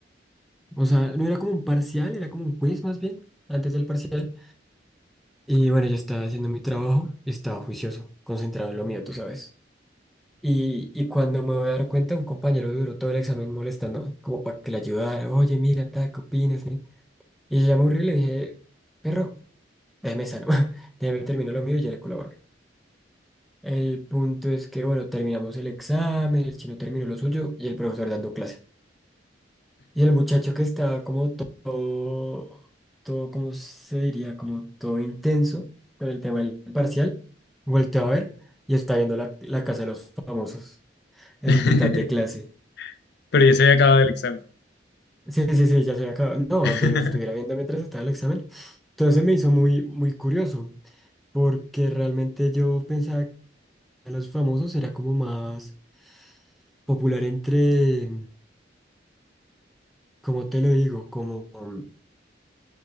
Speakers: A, in the centre; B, on the left.
A: O sea, no era como un parcial, era como un quiz más bien, antes del parcial. Y bueno, yo estaba haciendo mi trabajo, estaba juicioso, concentrado en lo mío, tú sabes. Y, y cuando me voy a dar cuenta, un compañero duró todo el examen molestándome, como para que le ayudara. Oye, mira, ta, ¿qué opinas? ni?". Y yo ya me aburrí y le dije, perro, déjeme sano, <laughs> déjeme terminar lo mío y ya le colaboro. El punto es que, bueno, terminamos el examen, el chino terminó lo suyo y el profesor dando clase. Y el muchacho que estaba como to- todo, todo, ¿cómo se diría? Como todo intenso con el tema del parcial, volteó a ver y está viendo la, la casa de los famosos en
B: <laughs>
A: mitad de clase.
B: Pero ya se había acabado el examen.
A: Sí, sí, sí, ya se había acabado. No,
B: <laughs>
A: donde lo estuviera viendo mientras estaba el examen. Entonces se me hizo muy, muy curioso, porque realmente yo pensaba que los famosos era como más popular entre, como te lo digo, como um,